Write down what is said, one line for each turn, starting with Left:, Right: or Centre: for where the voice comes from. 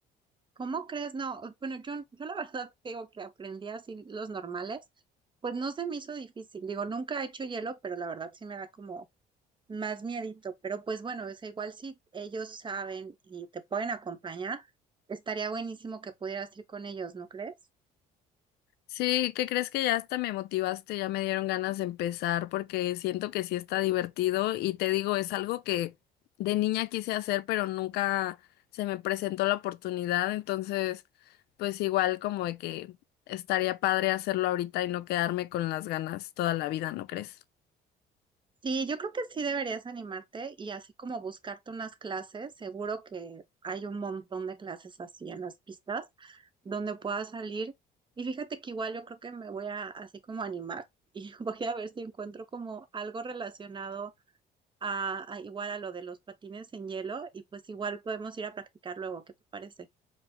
Right: ¿Cómo crees? No, bueno, yo, yo la <laughs> verdad te digo que aprendí así los normales, pues no se me hizo difícil. Digo, nunca he hecho hielo, pero la verdad sí me da como más miedito, pero pues bueno, es igual si ellos saben y te pueden acompañar, estaría buenísimo que pudieras ir con ellos, ¿no crees?
Left: Sí, ¿qué crees que ya hasta me motivaste? Ya me dieron ganas de empezar porque siento que sí está divertido y te digo, es algo que de niña quise hacer, pero nunca se me presentó la oportunidad, entonces pues igual como de que estaría padre hacerlo ahorita y no quedarme con las ganas toda la vida, ¿no crees?
Right: Sí, yo creo que sí deberías animarte y así como buscarte unas clases, seguro que hay un montón de clases así en las pistas donde puedas salir. Y fíjate que igual yo creo que me voy a así como animar <laughs> y voy a ver si encuentro como algo relacionado a, a igual a lo de los patines en hielo y pues igual podemos ir a practicar luego, ¿qué te parece?